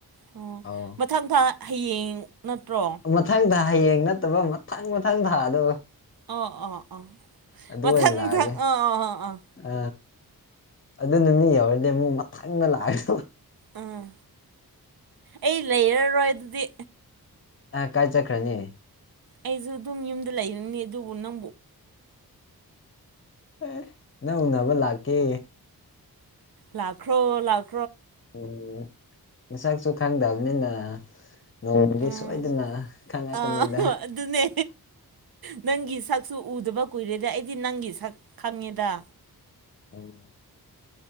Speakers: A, on the right; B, on the left.
A: ꯑꯣ
B: ꯑꯧ
A: ꯃꯊꯪ ꯊꯥ ꯍꯌꯦꯡ ꯅꯠꯇ꯭ꯔꯣ
B: ꯃꯊꯪꯗ ꯍꯌꯦꯡ ꯅꯠꯇꯕ ꯃꯊꯪ ꯃꯊꯪ ꯊꯥꯗꯣ
A: ꯑꯣ ꯑꯣ ꯑꯣ
B: ꯑꯗꯨ
A: ꯃꯊꯪ
B: ꯑ ꯂꯥꯛꯑꯒꯦ
A: ꯃꯊꯪ ꯑꯣ ꯑꯣ ꯑꯣ ꯑꯣ
B: ꯑ ꯑꯗꯨ ꯅꯨꯃꯤ ꯌꯧꯔꯗꯤ ꯑꯃꯨꯛ ꯃꯊꯪꯗ ꯂꯥꯛꯑꯁꯨ
A: ꯎꯝ ꯑꯩ ꯂꯩꯔꯔꯣꯏ ꯑꯗꯨꯗꯤ
B: ꯑ ꯀꯥꯏ ꯆꯠꯈ꯭ꯔꯅꯤ
A: ꯑꯩꯁꯨ ꯑꯗꯨꯝ ꯌꯨꯝꯗ ꯂꯩꯔꯅꯤ ꯑꯗꯨꯕꯨ ꯅ
B: ꯑꯦ ꯅꯪ ꯎꯅꯕ ꯂꯥꯛꯀꯦ
A: ꯂꯥꯛꯈꯔꯣ ꯂꯥꯛ
B: ꯎꯝ ꯅꯁꯛꯁꯨ ꯈꯪꯗꯝꯅꯤꯅ ꯅꯣꯡꯃꯗꯤ
A: ꯎꯝ
B: ꯁꯣꯏꯗꯅ ꯈꯪꯉꯛꯀꯅꯤꯗ
A: ꯑꯥ ꯑꯗꯨꯅꯦ ꯅꯪꯒꯤ ꯁꯛꯁꯨ ꯎꯗꯕ ꯀꯨꯏꯔꯦꯗ ꯑꯩꯗꯤ ꯅꯪꯒꯤ ꯁꯛ ꯈꯪꯉꯦꯗ
B: ꯑꯝ